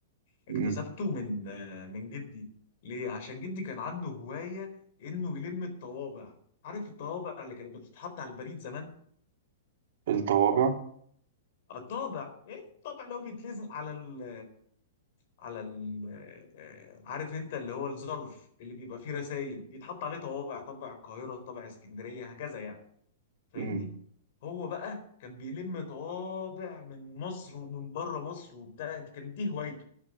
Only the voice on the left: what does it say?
اكتسبته
من آه، من جدي ليه عشان جدي كان عنده هواية انه يلم الطوابع عارف الطوابع اللي كانت بتتحط على البريد زمان
الطابع ايه الطابع اللي هو بيتلزق على ال على ال آه، عارف انت اللي هو الظرف اللي بيبقى فيه رسائل بيتحط عليه طوابع طابع القاهرة طابع اسكندرية هكذا يعني فاهمني
هو بقى كان بيلم طوابع من مصر ومن بره مصر وبتاع كان دي هوايته